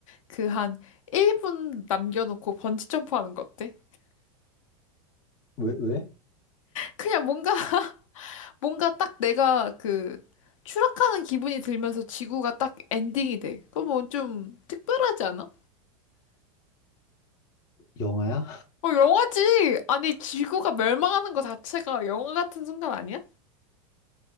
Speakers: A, on the left (about 65°); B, on the left (about 20°).
A: 그 한 1분 남겨놓고 번지 점프하는 거 어때?
B: 왜 왜?
A: 그냥 뭔가 <laughs> 뭔가 딱 내가 그 추락하는 기분이 들면서 지구가 딱 엔딩이 돼. 그럼 뭐좀 특별하지 않아?
B: 영화야?
A: 어 영화지. 아니 지구가 멸망하는 거 자체가 영화 같은 순간 아니야?